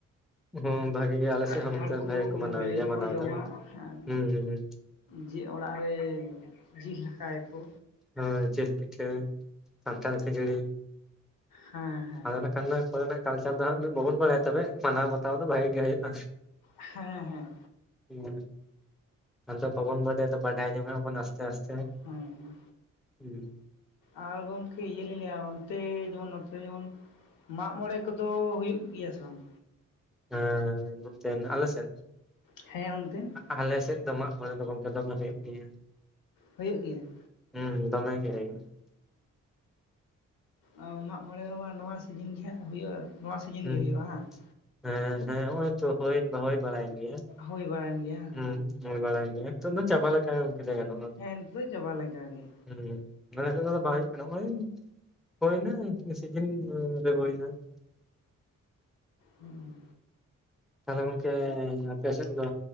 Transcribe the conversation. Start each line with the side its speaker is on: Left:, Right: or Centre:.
Centre: ᱦᱩᱸ ᱵᱷᱟᱜᱮ ᱜᱮ ᱟᱞᱮ
Left: ᱠᱟᱱᱴᱷᱟᱲ
Centre: ᱥᱮᱫ ᱦᱚᱸ ᱱᱛᱮ ᱵᱷᱟᱜᱮ ᱠᱚ
Left: ᱩᱞ
Centre: ᱢᱟᱱᱟᱣ
Left: ᱵᱤᱞᱤ
Centre: ᱜᱮᱭᱟ
Left: ᱠᱚᱠᱚ
Centre: ᱢᱟᱱᱟᱣ
Left: ᱡᱚᱢᱟ
Centre: ᱫᱚ
Left: ᱟᱨ
Centre: ᱦᱩᱸᱦᱩᱸᱦᱩᱸ
Left: ᱡᱮ ᱚᱲᱟᱜ ᱨᱮ ᱡᱤᱞ ᱦᱟᱛᱟᱣ ᱟᱠᱚ
Centre: ᱦᱳᱭ ᱡᱮᱞ ᱯᱤᱴᱷᱟᱹ ᱠᱷᱟᱱᱴᱟᱲ ᱠᱷᱟᱹᱡᱟᱹᱲᱤ
Left: ᱦᱮᱸ ᱦᱮᱸ
Centre: ᱟᱫᱚ ᱼᱼ ᱚᱱᱟ ᱠᱚᱨᱮᱱᱟᱜ ᱠᱟᱞᱪᱟᱨ ᱫᱚ ᱦᱟᱸᱜ ᱵᱟᱵᱚᱱ ᱵᱟᱲᱟᱭᱟ ᱛᱚᱵᱮ ᱢᱟᱱᱟᱣ ᱵᱟᱛ ᱛᱟᱣ ᱫᱚ ᱵᱷᱟᱜᱮ ᱜᱮ ᱦᱳᱭᱳᱜ-ᱟ
Left: ᱦᱮᱸ
Centre: ᱦᱩᱸ ᱟᱫᱚ ᱵᱟᱵᱚᱱ ᱵᱟᱰᱟᱭ ᱫᱚ ᱵᱟᱰᱟᱭ ᱡᱚᱝ- ᱟ ᱵᱚᱱ ᱟᱥᱛᱮ ᱟᱥᱛᱮ
Left: ᱦᱩᱸᱦᱩᱸ
Centre: ᱦᱩᱸ
Left: ᱟᱨ ᱜᱚᱝᱠᱮ ᱤᱭᱟᱹ ᱞᱤᱧ ᱞᱟ. ᱭᱟ ᱚᱱᱛᱮ ᱡᱮᱢᱚᱱ ᱱᱚᱛᱮ ᱡᱮᱢᱚᱱ ᱢᱟᱜ ᱢᱚᱬᱮ ᱠᱚᱫᱚ ᱦᱩᱭᱩᱜ ᱜᱤᱭᱟ ᱥᱮ ᱵᱟᱝ?
Centre: ᱦᱮᱸ ᱱᱚᱛᱮᱱ ᱟᱞᱮ ᱥᱮᱱ ᱼᱼ
Left: ᱦᱮᱸ ᱚᱱᱛᱮ ᱼᱼ
Centre: ᱟᱞᱮ ᱥᱮᱜ ᱫᱚ ᱢᱟᱜ ᱢᱚᱬᱮ ᱫᱚ ᱜᱚᱝᱠᱮ ᱫᱚᱢᱮ ᱦᱩᱭᱩᱜ ᱜᱮᱭᱟ ᱾
Left: ᱦᱩᱭᱩᱜ ᱜᱤᱭᱟ ᱾
Centre: ᱦᱩᱸ ᱫᱚᱢᱮ ᱜᱮ ᱦᱩᱭᱩᱜ ᱼᱼ
Left: ᱚ ᱢᱟᱜ ᱢᱚᱬᱮ ᱢᱟ ᱱᱚᱣᱟ ᱥᱤᱡᱤᱱ ᱜᱮ ᱦᱟᱸᱜ ᱦᱩᱭᱩᱜᱼᱟ ᱾ ᱱᱚᱣᱟ ᱥᱤᱡᱤᱱ
Centre: ᱦᱩᱸ
Left: ᱜᱮ ᱦᱩᱭᱩᱜᱼᱟ ᱦᱚᱸ ᱼᱼ
Centre: ᱦᱮᱸ ᱦᱮᱸ ᱦᱚᱜ-ᱚᱭ ᱛᱚ ᱦᱳᱭ ᱦᱳᱭ ᱵᱟᱲᱟᱭᱮᱱ ᱜᱮᱭᱟ ᱾
Left: ᱦᱳᱭ ᱵᱟᱲᱟᱭᱮᱱ ᱜᱮᱭᱟ ᱾
Centre: ᱦᱩ ᱦᱳᱭ ᱵᱟᱲᱟᱭᱮᱱ ᱜᱮᱭᱟ ᱛᱚᱵᱮ ᱪᱟᱵᱟ ᱞᱮᱠᱟᱜᱮ ᱜᱚᱢᱠᱮ ᱞᱮᱭ ᱜᱟᱱᱟᱜᱼᱟ
Left: ᱦᱮᱸ ᱱᱤᱛᱚᱜ ᱫᱚ ᱪᱟᱵᱟ ᱞᱮᱠᱟᱜᱮ
Centre: ᱦᱩᱸ, ᱢᱟᱱᱮ ᱱᱤᱛᱚᱜ ᱫᱚ ᱵᱟᱭ ᱦᱩᱭᱩᱜ ᱠᱟᱱᱟ ᱱᱚᱜᱼᱚᱭᱼᱼ ᱦᱚᱭᱱᱟ ᱥᱤᱡᱤᱱ ᱨᱮ ᱦᱩᱭᱱᱟ ᱾
Left: ᱦᱩᱸ ᱼᱼ
Centre: ᱛᱟᱞᱦᱮ ᱜᱚᱝᱠᱮ ᱟᱯᱮ ᱥᱮᱜ ᱫᱚ